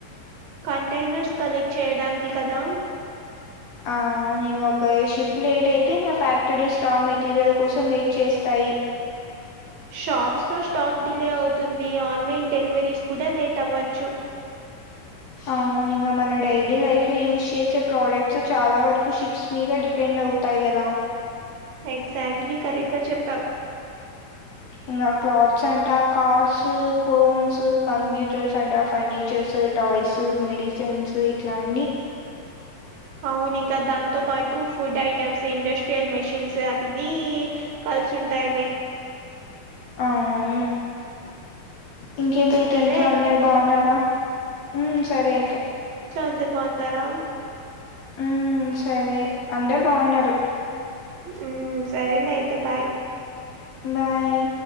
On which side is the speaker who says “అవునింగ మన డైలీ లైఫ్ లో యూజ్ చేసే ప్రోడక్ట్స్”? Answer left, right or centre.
Left